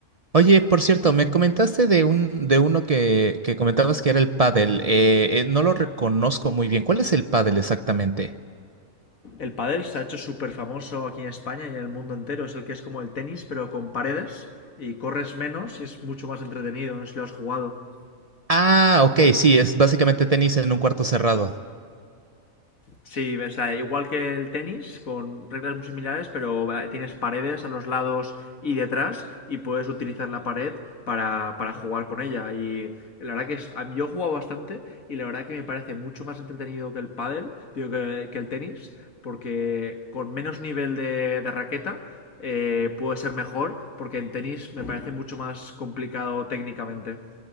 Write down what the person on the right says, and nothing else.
Oye, por cierto, me comentaste de un, de uno que, que comentabas que era el pádel. Eh, eh, no lo reconozco muy bien. ¿Cuál es el pádel exactamente?
Ah, ok, sí, es básicamente tenis en un cuarto cerrado.